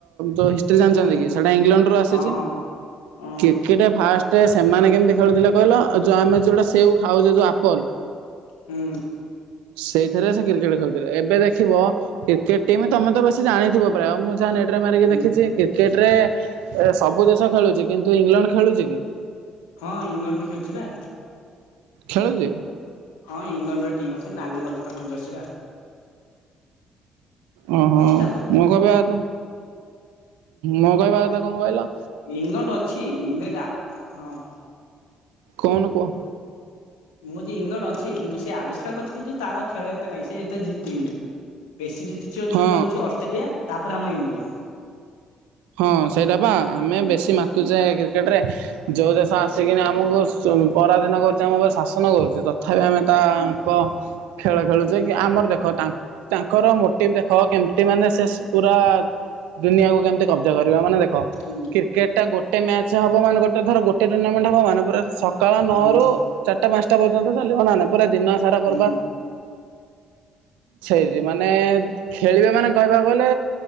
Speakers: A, on the right; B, on the left.
A: ଯୋଉ ହିସ୍ ଷ୍ଟ୍ରି ଜାଣିଚନ୍ତି
B: ହୁଁ
A: କି ସେଟା ଇଂଲଣ୍ଡରୁୁ ଆସିଚି।
B: ହଁ ହଁ ହଁ
A: କ୍ରି ସେଇଟା ଫାଷ୍ଟ ସେମାନେ କେମିତି ଖେଳୁଥିଲେ କଇଲ ଯଉ ଆମେ ଯୋଉଟା ସେଉ ଖାଉଚେ ଯୋଉ ଅପୋଲ
B: ହୁଁ।
A: ସେଇଥିରେ ସେ କ୍ରିକେଟ ଖେଳୁଥିଲେ ଏବେ ଦେଖିବ କ୍ରିକେଟ୍ ଟିମ୍ ତମେ ତ ବେଶୀ ଜାଣିଥିବ ପ୍ରାୟ ଆଉ ମୁଁ ଯାହା ନେ ମାରିକି
B: ହୁଁ
A: ଦେଖିଚି କ୍ରିକେଟ ରେ ସବୁ ଦେଶ ଖେଳୁଚି କିନ୍ତୁ ଇଂଲଣ୍ଡ ଖେଳୁଚି କି?
B: ହଁ ଇଂଲଣ୍ଡ ବି ଖେଳୁଚି ପା।
A: ଖେଳୁଚି।
B: ହଁ ଇଂଲଣ୍ଡ ର ଟିମ୍ ଅଛି। ନାଲି କଲର୍ ତାଙ୍କର ଜର୍ସି ପା।
A: ଓ ହଁ
B: ଅଛି ତାଙ୍କର ଟିମ୍
A: ମୋ କଇବା କଥା ମୋ କଇବା କଥା କଣ କଇଲ?
B: ଇଂଲଣ୍ଡ ଅଛି <unintelligible> ହଁ।
A: କଉନ କୁଅ।
B: ମୁଁ ହଉଚି ଇଂଲଣ୍ଡ ଅଛି କିନ୍ତୁ ସେ ଆବିଷ୍କାର କରିଚି କିନ୍ତୁ ତାର ଖେଳ ଏତେ ନାହିଁ ସେ ଏତେ ଜିତିନି। ବେଶୀ ଜିତିଚି ଅଛି
A: ହଁ
B: ହେଉଛି ଅଷ୍ଟ୍ରେଲିଆ ତାପରେ ଆମ ଇଣ୍ଡିଆ।
A: ହଁ ସେଇଟା ପା ଆମେ
B: ହୁଁ
A: ବେଶୀ ମାତୁଚେ
B: ହୁଁ
A: କ୍ରିକେଟ୍ ରେ ଯଉ ଦେଶ ଆସିକିନି ଆମକୁ ଶୋଇମୁ ପରାଧିନ କରୁଚି ଆମୁକୁ ପା ଶାସନ କରୁଚି ତଥାପି ଆମେ ତା
B: ହୁଁ
A: କ ଖେଳ ଖେଳୁଚେ କି ଆମର ଦେଖ ତା ତାଙ୍କର ମୋଟିଭ ଦେଖ କେମିତି ମାନେ ସେ ପୁରା ଦୁନିଆକୁ କେମିତି କ କରିବ ମାନେ ଦେଖ
B: ହୁଁ।
A: କ୍ରିକେଟା ଗୋଟେ ମ୍ୟାଚ ହବ ମାନେ ଗୋଟେ ଧର ଗୋଟେ ଟୁଣ୍ଣାମେଣ୍ଟ ହବ ମାନେ ପୁରା ସ କାଳ
B: ହୁଁ
A: ନଅ ରୁ ଚାରିଟା ପାନ୍ ସଟା ପର୍ଯ୍ୟନ୍ତ ଚାଲିିବ ନ ହେନେ ପୁରା ଦିନ ସାରା
B: ହୁଁ
A: ବରବାଦ। <unintelligible> ମାନେ ଖେଳିବେ ମାନେ କହିବାକୁ ଗଲେ